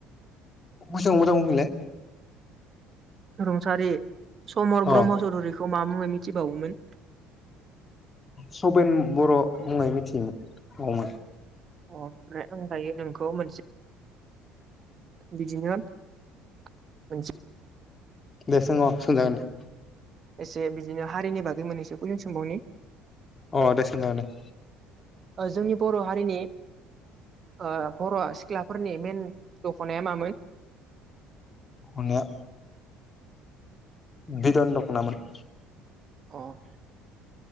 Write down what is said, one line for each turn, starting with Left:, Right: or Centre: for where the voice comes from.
Left: बैसोखौ मोजां बुंफैनलाय।
Right: रुंसारि समर
Left: अ
Right: ब्रह्म चौधुरि खौ मा मुङै मिथिबावोमोन?
Left: सबेन बर' मुङै मिथियोमोनबावोमोन।
Right: अके आं दायो नोंखौ मोनसे बिदिनो मोनसे।
Left: दे सोंङ सं जागोन दे।
Right: एसे बिदिनो हारिनि बागै मोनहैसो कुइसन सोमबावनि।
Left: अ देसून जागोन दे।
Right: ओ जोंनि बर' हारिनि ओ बर'आ सिख्लाफोरनि मेन दख'नाया मामोन?
Left: दखनाया बेदन दखनामोन।
Right: अ'।